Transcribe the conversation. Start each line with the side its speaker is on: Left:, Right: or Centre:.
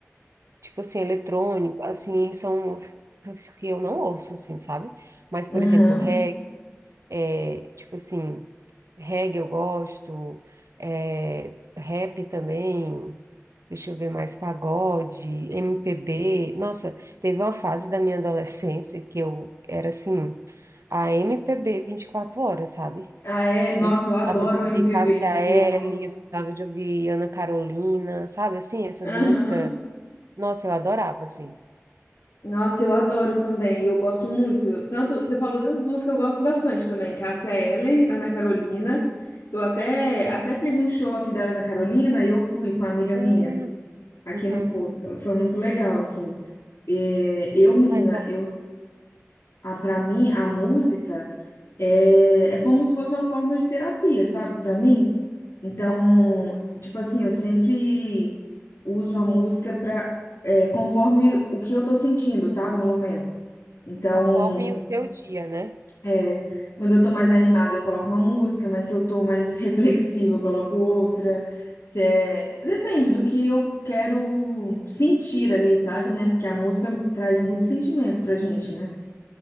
Right: tipo assim, eletrônico, assim, são músicas que eu não ouço, assim, sabe? Mas, por
Left: aham.
Right: exemplo, reggae, é, tipo assim, reggae eu gosto, é, rap também, deixa eu ver mais, pagode, MPB. Nossa, teve uma fase da minha adolescência que eu era assim, a MPB 24 horas, sabe?
Left: Ah, é. Nossa,
Right: Eu escutava
Left: eu adoro
Right: de ouvir
Left: o MPB,
Right: Cássia
Left: sabia?
Right: Eller, eu escutava de ouvir Ana Carolina, sabe assim, essas
Left: Aham.
Right: músicas. Nossa, eu adorava, assim.
Left: Nossa, eu adoro também. Eu gosto muito. Tanto você falou das duas que eu gosto bastante também, Cássia Eller, Ana Carolina. Eu até até teve um show aqui da Ana Carolina e eu fui com uma amiga minha
Right: Hum,
Left: aqui
Right: uhum.
Left: no Porto. Foi muito legal, assim. É, eu, menina,
Right: Ah, então,
Left: eu a para mim a música é, é como se fosse uma forma de terapia, sabe? Pra mim. Então, tipo assim, eu sempre uso a música para conforme o que eu tô sentindo, sabe, no momento. Então,
Right: conforme o teu dia, né?
Left: É, quando eu tô mais
Right: Uhum,
Left: animada, eu coloco uma música, mas se eu tô mais <laughs> reflexiva, eu coloco outra. Se é...
Right: uhum,
Left: Depende do que eu quero sentir ali, sabe, né? Porque a música traz muito sentimento pra gente, né?